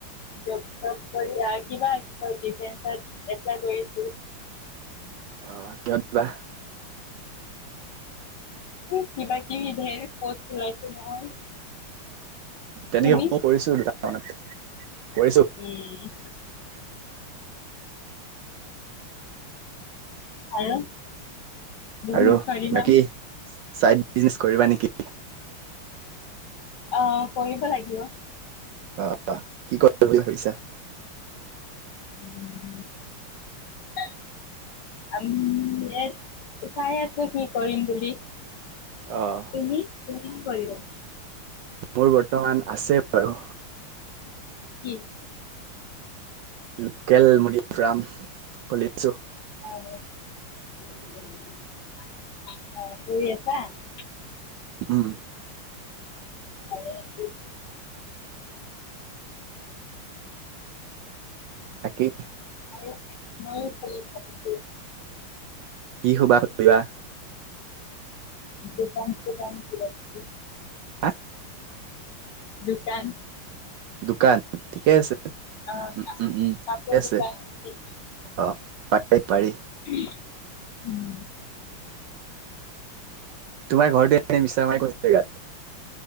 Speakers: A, on the left; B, on the right.
A: জব চব কৰি আ কিবা কি কয় ডিফেন্সত এপ্লাই কৰিছো।
B: অ, কিহত বা?
A: এ কিবা -কিবি ঢেৰ পোষ্ট ওলাইছে নহয়।
B: তেনেকে
A: তুমি
B: মই কৰিছো দুটা মানত কৰিছো
A: উম, আৰু?। বিজনেছ
B: আৰু
A: কৰিবা
B: বাকী চাইড বিজনেচ কৰিবা নেকি?
A: অ', কৰিব লাগিব।
B: অ', কি কৰিম বুলি ভাবিছা?
A: উম <unintelligible> চাই আছোঁ কি কৰিম বুলি।
B: অ'।
A: তুমি, তুমি কি কৰিবা?
B: মোৰ বৰ্তমান আছে বাৰু।
A: কি?
B: লোকেল মুনি ফাম খুলিছোঁ।
A: অ', অ', <unintelligible> আছা।
B: উম।
A: <unintelligible>
B: বাকি
A: ময়ো- ময়ো খুলিম ভাবিছোঁ।
B: কি শুবা কৰিবা?
A: দোকান চোকান কিবা - কিবি।
B: হা?
A: দুকান
B: দোকান? ঠিকে আছে,
A: অ
B: উম-উম-উম
A: কাপোৰ
B: ঠিকে আছে।
A: দোকান কি
B: অ', পাৰি-পাৰি।
A: <unintelligible> উম।
B: তোমাৰ ঘৰটো এনে মিছামাৰি কোন জেগাত?